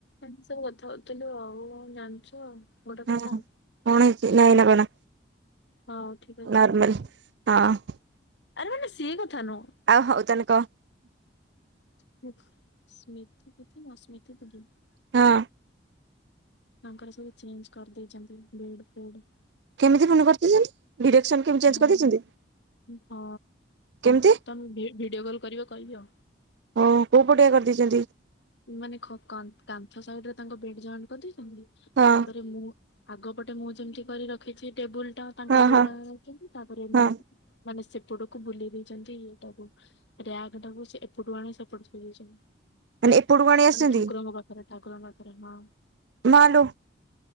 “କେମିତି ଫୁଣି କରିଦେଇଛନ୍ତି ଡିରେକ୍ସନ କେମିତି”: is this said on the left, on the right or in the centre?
Right